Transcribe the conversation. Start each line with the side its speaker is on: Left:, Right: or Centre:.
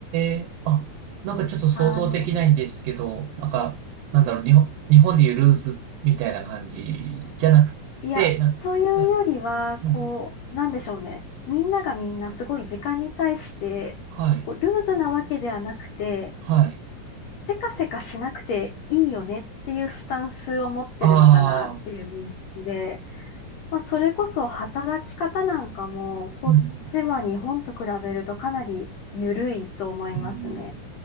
Right: え、あ、なんかちょっと想像できないんですけど、
Left: あの、
Right: なんか、なんだろう、日本、日本でいうルーズみたいな感じじゃなくて、
Left: いや、
Right: な、
Left: というよりは、
Right: な、な
Left: こう、なんでしょうね。みんながみんなすごい時間に対して、
Right: はい、
Left: こう、ルーズなわけではなくて、
Right: はい。
Left: せかせかしなくていいよねっていうスタンスを持ってるのかなっていう認識で、
Right: ああ、
Left: まあ、それこそ働き方なんかも、こっちは日本と比べるとかなり緩いと思いますね。
Right: うん、うん。